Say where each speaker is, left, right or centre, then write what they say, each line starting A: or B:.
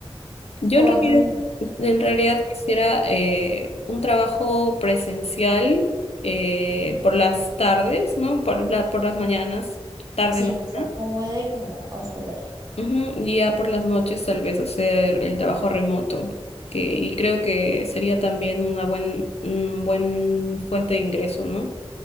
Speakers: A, on the left; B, on the right.
A: Yo
B: o
A: en realidad,
B: también,
A: en realidad quisiera eh, un trabajo presencial eh, por las tardes, ¿no? Por la- por las mañanas, tarde,
B: sí,
A: mañana.
B: que se acomode como a su horario.
A: Ujú, Y ya por las noches tal vez hacer el trabajo remoto, que, y creo que sería también una buen, un buen fuente de ingreso, ¿no?